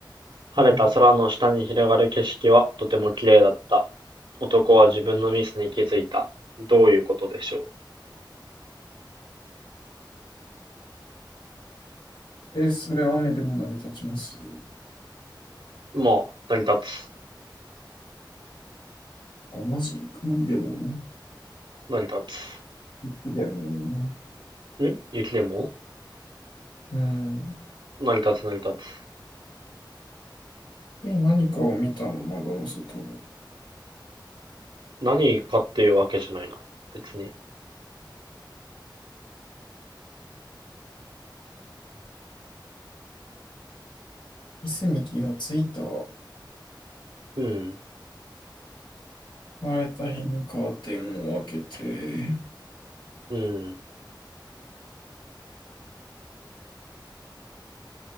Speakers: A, on the right; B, on the left.
A: 晴れた空の下に広がる景色はとても綺麗だった。
B: うん。
A: 男は自分のミスに気づいた。どういうことでしょ
B: え、それ雨でも成り立ちます。
A: う。まあ、成り立つ。
B: あ、マジ曇りでも
A: 成り立つ。
B: でも、
A: ん雪でも
B: うん。
A: 成り立つ成り立つ。
B: え、何かを見たの、窓の外の。
A: 何かっていうわけじゃないな。別に。
B: 椅子に気がついた。
A: うん。
B: 晴れた日にカーテンを開けて。
A: うん。